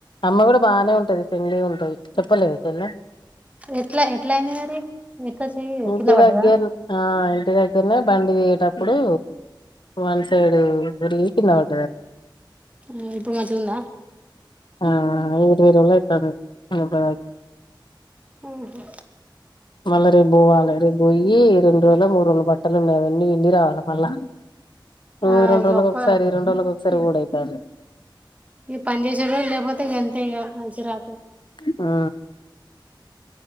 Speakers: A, on the left; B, on the right.
A: అమ్మ కూడా బాగానే ఉంటది ఫ్రెండ్లీ గ ఉంటుంది చెప్పలేద చెల్లె.
B: ఎట్లా ఎట్లా అయింది మరి ఎట్లా చెయ్యి
A: ఉంటే
B: కింద పడ్డదా
A: తగ్గేది ఆయ్. ఇంటి దగ్గరనే బండి దిగి. వన్ సైడ్ దొర్లి కిందబడ్డాడట.
B: ఆ ఇప్పుడు మంచిగుందా?
A: ఆ ఇరవై రోజులు అవుతాంది. ఆయన బడి
B: ఉ హూ
A: మళ్ళా రేపు పోవాలి రేపు పోయి రెండు రోజులు మూడు రోజులు బట్టలు ఉన్నావన్నీ పిండి రావాలి మళ్ళా. రోజు
B: ఆ
A: రెండు
B: ఇగ
A: రోజుల
B: ఒక్క
A: ఒకసారి రెండు రోజులకి ఒకసారి పోవుడుయితాంది.
B: ఇక పని చేేసే రోజు లేకపోతే గంత ఇ మంచి రా
A: గీతా.